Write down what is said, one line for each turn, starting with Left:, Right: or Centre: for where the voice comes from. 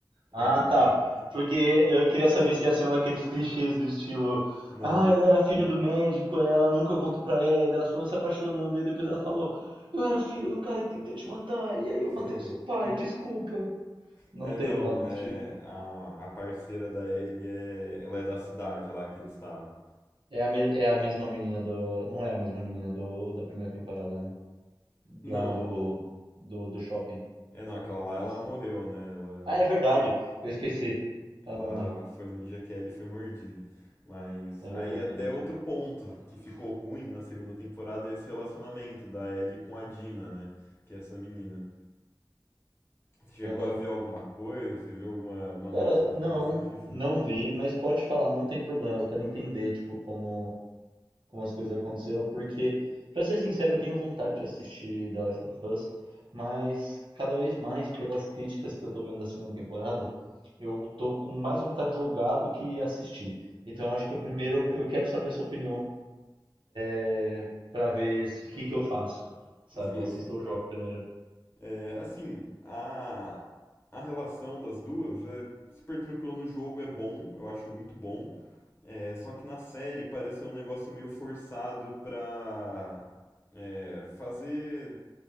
Right: Ah,
Left: É,
Right: tá. Porque eu queria saber se ia ser um daqueles clichês do estilo.
Left: não.
Right: Ah, ela era filha do médico, aí ela nunca contou pra ela, elas foram se apaixonando, e depois ela falou: Eu era filho do cara que tentou te matar, e aí
Left: <laughs>
Right: eu matei o seu pai, desculpa. Não
Left: É,
Right: teve
Left: não,
Right: nada
Left: é
Right: disso.
Left: a, a parceira da Ellie é, ela é da cidade lá que eles estavam.
Right: É a, me- é a mesma menina do. Não é a mesma menina do da primeira temporada, né?
Left: Não.
Right: Lá do. Do, do shopping.
Left: É, não, aquela lá ela
Right: Nossa.
Left: morreu, né? Ela,
Right: Ah, é verdade. Eu esqueci. Ela
Left: ela
Right: morre.
Left: foi no dia que a Ellie foi mordida. Mas
Right: É verdade,
Left: aí até
Right: é verdade.
Left: outro ponto que ficou ruim na segunda temporada é esse relacionamento da Ellie com a Dina, né? Que é essa menina. Você chegou
Right: Aham.
Left: a ver alguma coisa? Você viu alguma, alguma
Right: Cara,
Left: notícia
Right: não.
Left: em relação a isso?
Right: Não vi, mas pode falar, não tem problema. Eu quero entender, tipo, como. como as coisas aconteceram, porque, pra ser sincero, eu tenho vontade de assistir The Last of Us, mas cada vez mais, pelas críticas que eu tô vendo da segunda temporada, eu tô com mais vontade de jogar do que assistir. Então eu acho que o primeiro, eu quero saber a sua opinião é, pra ver se- o que que eu faço, sabe?
Left: Justo.
Right: Assista o jogo primeiro.
Left: É, assim, a, a relação das duas é super tranquila no jogo, é bom, eu acho muito bom. É, só que na série pareceu um negócio meio forçado pra é, fazer